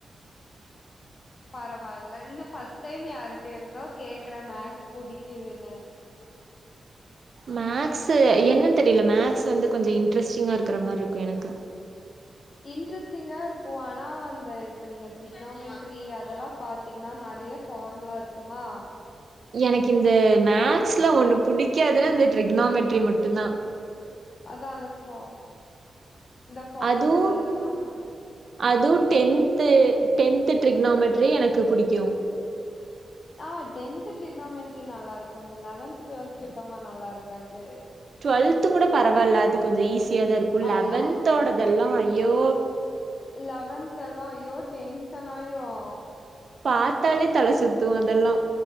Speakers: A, on the left; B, on the right.
A: பரவால்ல இன்ன ஃபர்ஸ்ட் டைம் யாருட்ட இருந்தோ கேக்குற மேக்ஸ் புடிக்கிதுன்னு
B: மேக்ஸு என்னன்னு தெரில மேக்ஸ் வந்து கொஞ்சம் இன்ட்ரெஸ்ட்டிங்கா இருக்கற மாரிருக்கும் எனக்கு
A: இன்ட்ரெஸ்டிங்கா இருக்கும் ஆனா அந்த இப்ப நீங்க ட்ரிக்னாமென்ட்ரி அதெல்லா பாத் த்தீங்கன்னா நறைய ஃபார்முலா இருக்குமா
B: எனக்கு இந்த மேக்ஸ்ல ஒண்ணு புடிக்காதுன்னு இந்த ட்ரிக்னாமெட்ரி மட்டுந்தா
A: அதான் அந்த ஃபா இந்த ஃபார்முலா
B: அதுவும்
A: அதெல்லாம் மனப்
B: அதுவும் டென்த்து டென்த்து ட்ரிக்னாமெட்ரி எனக்கு புடிக்கும்
A: ஆ டென்த்து ட்ரிக்னாமென்ட்ரி நல்லா இருக்கும் இந்த லெவன்த்து டுவெல்த்து சுத்தமா நல்லாருக்காது இருக்காது
B: டுவெல்த்தும் கூட பரவால்ல அது கொஞ்சம் ஈஸியா தான் இருக்கும் லெவன்தோடதெல்லா
A: ஆமா
B: ஐயோ
A: லெவன்த்தெல்லா ஐயோ டெங்ஷன் ஆயிரும்
B: பாத்தாலே தல சுத்தும் அதெல்லா